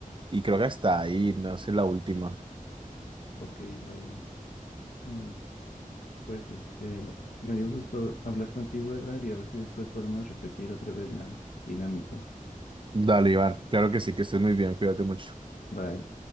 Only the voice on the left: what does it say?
Ok, vale. Mm, Pues este, me dio gusto hablar contigo, Edward, y a ver si después podemos repetir otra vez la dinámica.
Bye.